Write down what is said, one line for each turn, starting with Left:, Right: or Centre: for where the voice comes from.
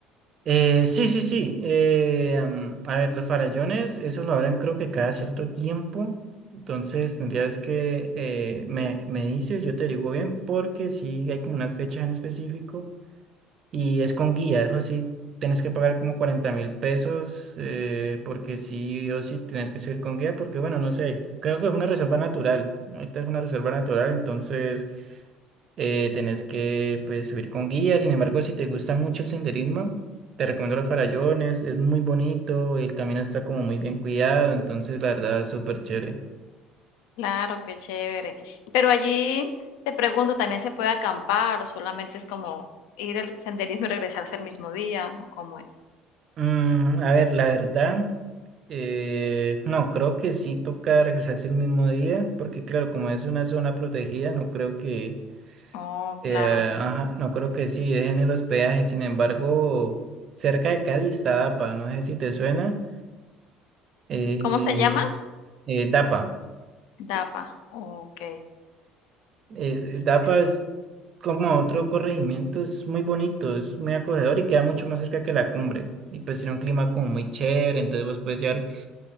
Right: Eh, sí, sí, sí. eh, mm, a ver, los farallones, eso lo abren creo que cada cierto tiempo. Entonces tendrías que eh, me, me dices, yo te digo bien, porque sí hay como una fecha en específico. Y es con guía, eso sí, tienes que pagar como cuarenta mil pesos, eh, porque sí o sí tienes que subir con guía, porque bueno, no sé, creo que es una reserva natural, ahorita es una reserva natural, entonces eh, tenés que pues subir con guía, sin embargo, si te gusta mucho el senderismo, te recomiendo los farallones, es muy bonito, el camino está como muy bien cuidado, entonces la verdad es súper chévere.
Left: Claro, qué chévere. Pero allí te pregunto, ¿también se puede acampar o solamente es como ir al senderismo y regresarse el mismo día o cómo es?
Right: Mm, a ver, la verdad, eh, no, creo que sí toca regresarse el mismo día, porque claro, como es una zona protegida, no creo que,
Left: Oh,
Right: eh,
Left: claro.
Right: ajá, no creo que sí dejen el hospedaje. Sin embargo, cerca de Cali está DAPA, no sé si te suena, eh,
Left: ¿Cómo se llama?
Right: eh, DAPA.
Left: DAPA. Ok,
Right: Es- es-
Left: sí,
Right: DAPA
Left: sí.
Right: es como otro corregimiento, es muy bonito, es muy acogedor y queda mucho más cerca que la cumbre. Y pues tiene un clima como muy chévere, entonces vos puedes llevar